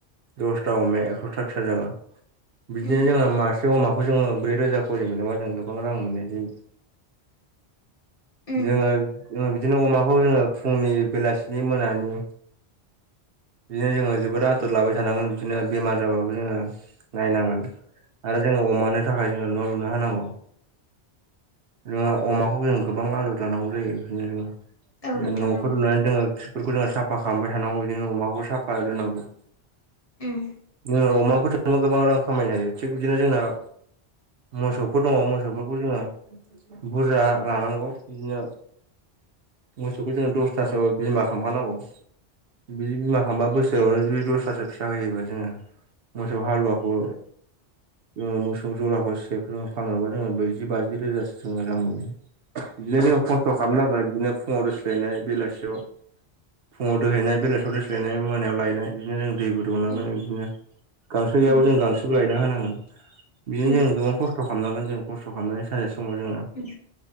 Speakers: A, on the right; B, on the left.
A: दसथा अमाया एकस'था फिसा जागोन बिदिनो
B: उम
A: जोङो मासे अमाखौ जोङो ब्रै रोजा खरि मोनोबा जों गोबां रां मोननाय जायो।
B: उम
A: जोङो बिदिनो अमाखौ जोङो फुंनि, बेलासिनि, मोनानि बिदिनो जोङो जोबोर आदर लाबाय थानांगोन बिदिनो बेमार जाबाबो जोङो नायनांगोन। आरो जोङो अमानो थाखाय जोङो न' लुना होनांगौ जोङो अमाखौ जों गोबां आ लानांगौ जायो बिदिनो
B: औ
A: जों
B: नोंथां
A: न'फोर
B: औ
A: लुनानै जोंङो खि बेफोरखौ जों साफा खालामबाय थानांगौ बिदिनो अमाखौ साफा दोननांगौ।
B: उम
A: जोङो अमाफोर थांबा गोबां रां खामायनो हायो थिग बिदिनो जोंना मोसौफोर दङ' मोसौफोरखौ जोङो बुरजा लानांगौ बिदिनो मोसौखौ जोङो दसथासो बिमा खालामखानांगौ। बिदि बिमा खालामबा बोसोरावनो जुदि दसथासो फिसा होयोबा जोङो मोसौ हालुवाखौ जोङो मोसौ सौ जराखौ <unintelligible> फानोबा जोङो ब्रैजि बाजि रोजासो जोङो रां बिदिनो जों खस्थ' खालामनांगोन बिदिनो फुङाव दोस्लायनाय बेलासियाव फुङाव दोहैनाय बेलासियाव दोस्लायनाय मोनायाव लायनाय। बिदिनो जों दैबो दौनांगोन
B: उम
A: बिदिनो गांसो गैयाबो
B: उम
A: जों गांसोखौ लायना होनांगोन। बिदिनो
B: उम
A: जोङो गोबां खस्थ' खालामनांगोन जों खस्थ' खालामनानै सानसे समाव जोङो
B: उ